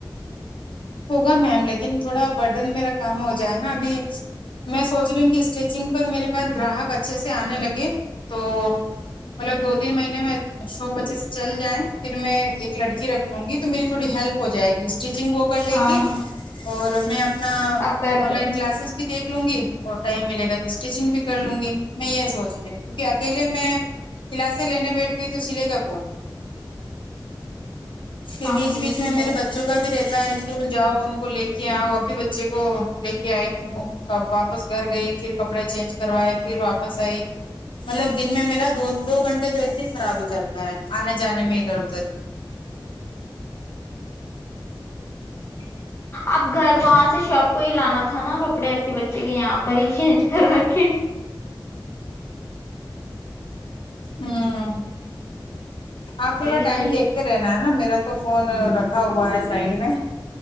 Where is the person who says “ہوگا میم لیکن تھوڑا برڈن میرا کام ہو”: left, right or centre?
Left